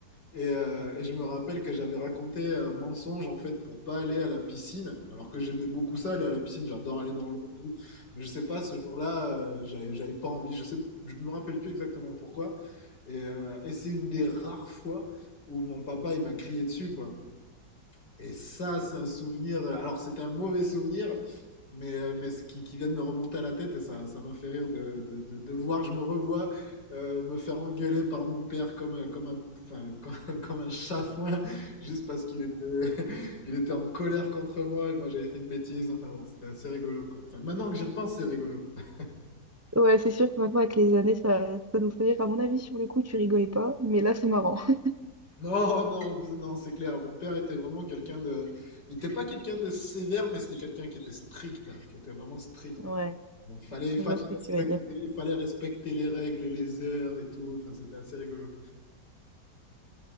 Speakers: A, on the left (about 70°); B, on the right (about 25°).
A: Et, euh, et je me rappelle que j'avais raconté un mensonge en fait pour pas aller à la piscine, alors que j'aimais beaucoup ça, aller à la piscine, j'adore aller dans l'eau et tout. Mais je sais pas, ce jour-là, euh, j'avais j'avais pas envie, je sais, je me rappelle plus exactement pourquoi. Et, euh, et c'est une des rares fois où mon papa il m'a crié dessus, quoi. Et ça, c'est un souvenir. euh, Alors, c'était un mauvais souvenir, mais, euh, mais ce qui, qui vient de me remonter à la tête, et ça, ça m'a fait rire de, de, de, de voir, je me revois euh, me faire engueuler par mon père comme, euh, comme un, enfin, comme, <laughs> comme un chafouin, juste parce qu'il était, <laughs> il était en colère contre moi et moi j'avais fait une bêtise. Enfin bon, c'était assez rigolo quoi. Enfin, maintenant que j'y repense, c'est rigolo. <laughs>
B: Ouais, c'est sûr que maintenant, avec les années, ça, ça nous fait rire. À mon avis, sur le coup, tu rigolais pas, mais là, c'est marrant. <laughs>
A: Non, non, non, c'est clair. Mon père était vraiment quelqu'un de. Il n'était pas quelqu'un de sévère, mais c'était quelqu'un qui était strict, qui était vraiment strict.
B: Ouais,
A: Donc il fallait, il fallait
B: je vois ce que
A: respecter,
B: tu veux dire.
A: il fallait respecter les règles et les heures et tout. Enfin, c'était assez rigolo.